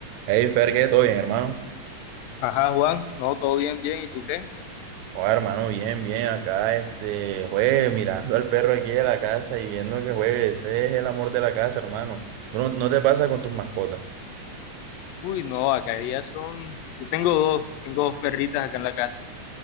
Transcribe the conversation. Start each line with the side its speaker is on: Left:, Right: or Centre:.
Right: Hey, Fer, ¿qué? ¿Todo bien, hermano?
Left: Ajá, Juan, no, todo bien, bien, ¿y tú qué?
Right: Joder, hermano, bien, bien. Acá, este, juegue, mirando al perro aquí de la casa y viendo que juegue. Ese es el amor de la casa, hermano. ¿Tú ¿No, no te pasa con tus mascotas?
Left: Uy, no, acá ya son, yo tengo dos, tengo dos perritas acá en la casa.